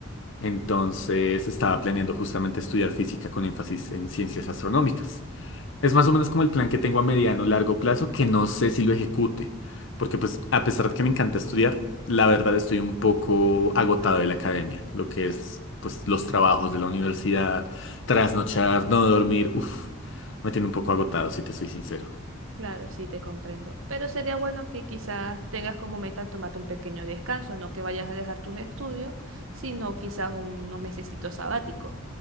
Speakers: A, on the left; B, on the right.
A: Entonces estaba planeando justamente estudiar física con énfasis en ciencias astronómicas. Es más o menos como el plan que tengo a mediano o largo plazo, que no sé si lo ejecute, porque pues a pesar de que me encanta estudiar, la verdad estoy un poco agotado de la academia, lo que es pues los trabajos de la universidad, trasnochar, no dormir, uff, me tiene un poco agotado, si te soy sincero.
B: Claro, sí, te comprendo. Pero sería bueno que quizás tengas como meta tomarte un pequeño descanso, no que vayas a dejar tus estudios, sino quizás unos mesecitos sabáticos.